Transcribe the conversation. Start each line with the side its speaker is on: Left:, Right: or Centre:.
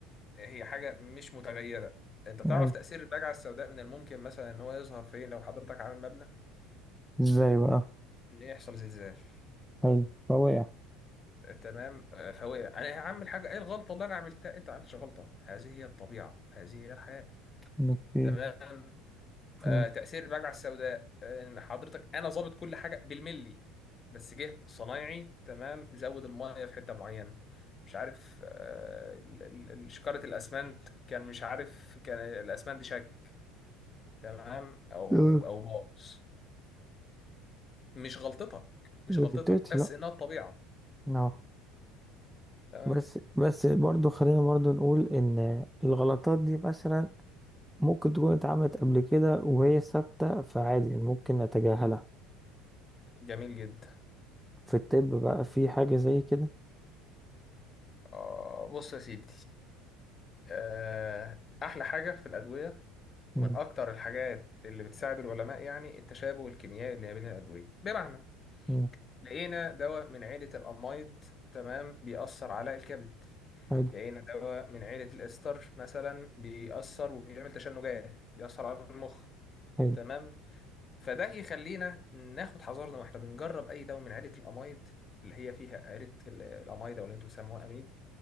Left: هي حاجة مش متغيرة انت تعرف
Centre: ايوه
Left: تأثير البجعة السوداء من الممكن مثلا ان هو يظهر فين لو حضرتك عامل مبنى
Centre: ازاي بقى
Left: ان يحصل زلزال
Centre: حلو فوقع
Left: تمام آه، فهو يعني انا هعمل حاجه ايه الغلطه اللي انا عملتها انت ما عملتش غلطه هذه هي الطبيعه هذه هي الحياه
Centre: اوكي
Left: تمام
Centre: فهمت
Left: آه، تأثير المجرة السوداء آه، إن حضرتك أنا ظابط كل حاجة بالملي بس جه صنايعي تمام زود المية في حتة معينة مش عارف آه، ال- ال- ال- شكارة الأسمنت كان مش عارف كان الأسمنت شك تمام أو
Centre: آه،
Left: أو أو باظ مش غلطتك مش
Centre: غلطتي
Left: غلطتك بس
Centre: لا
Left: إنها الطبيعة
Centre: اه
Left: تمام
Centre: بس بس برضو خلينا برضو نقول ان الغلطات دي مثلا ممكن تكون اتعملت قبل كده وهي ثابتة فعادي ممكن نتجاهلها
Left: جميل جدا
Centre: في الطب بقى في حاجة زي كده
Left: آه بص يا سيدي آه أحلى حاجة في الأدوية ومن
Centre: مم،
Left: أكتر الحاجات اللي بتساعد العلماء يعني التشابه الكيميائي اللي ما بين الأدوية بمعنى
Centre: مم،
Left: لقينا دواء من عيلة الأمايد تمام بيأثر على الكبد
Centre: حلو
Left: لقينا دواء من عيلة الإستر مثلا بيأثر وبيعمل تشنجات بيأثر على المخ
Centre: حلو
Left: تمام فده يخلينا ناخد حذرنا واحنا بنجرب أي دواء من عيلة الأمايد اللي هي فيها عيلة ال- الأمايد أو اللي أنتم بتسموها أميل